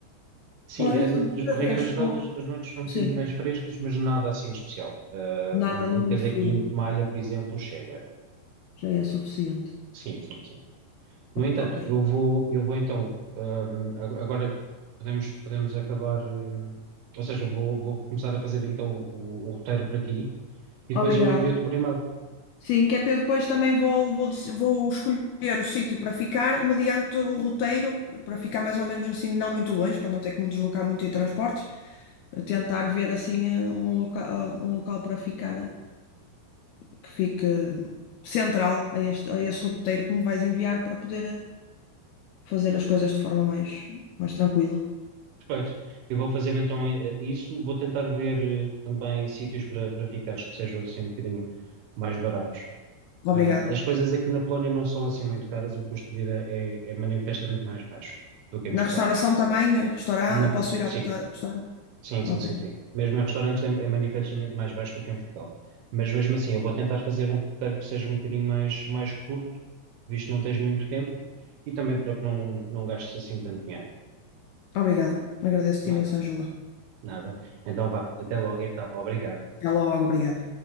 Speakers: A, on the right (about 70°); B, on the left (about 80°).
A: Sim,
B: Olha,
A: é, de
B: se
A: regra
B: me acho
A: geral,
B: que vou.
A: as, as noites são um
B: Sim,
A: bocadinho mais frescas, mas nada assim de especial. Uh,
B: nada,
A: um,
B: não
A: um
B: é
A: casaquinho
B: muito frio.
A: de malha, por exemplo, chega.
B: Já é suficiente.
A: Sim, sim, sim.
B: Pronto,
A: No entanto,
B: ok.
A: eu vou, eu vou então, hum, ag- agora podemos, podemos acabar, hum, ou seja, eu vou, vou começar a fazer então o, o roteiro para ti e
B: Obrigada.
A: depois eu envio-te por e-mail.
B: Sim, que é para eu depois também vou, vou, dec- vou escolher o sítio para ficar, mediante o roteiro, para ficar mais ou menos assim, não muito longe, para não ter que me deslocar muito em transportes, a tentar ver assim eh, um local, um local para ficar eh, que fique central a este, a esse roteiro que me vais enviar para poder eh, fazer as coisas de forma mais, mais tranquila.
A: Perfeito. Eu vou fazer então eh, eh, isso, vou tentar ver eh, também sítios para, para ficares que sejam assim um bocadinho mais baratos.
B: Obrigada.
A: Eh, as coisas aqui na Polónia não são assim muito caras, o custo de vida é, é manifestamente mais baixo do que em Portugal.
B: Na restauração também, eh, restaurar,
A: Não,
B: posso ir à
A: sim.
B: vontade, restaurar?
A: Sim, sim,
B: Ok.
A: sim, sim. Mesmo em restaurantes é, é manifestamente mais baixo do que em Portugal. Mas mesmo assim, eu vou tentar fazer um roteiro que seja um bocadinho mais, mais curto, visto que não tens muito tempo, e também para que não, não gastes assim tanto dinheiro.
B: Obrigada. Agradeço-te
A: Nada,
B: imensa ajuda.
A: nada. Então vá, até logo então. Obrigado.
B: Até logo, obrigada.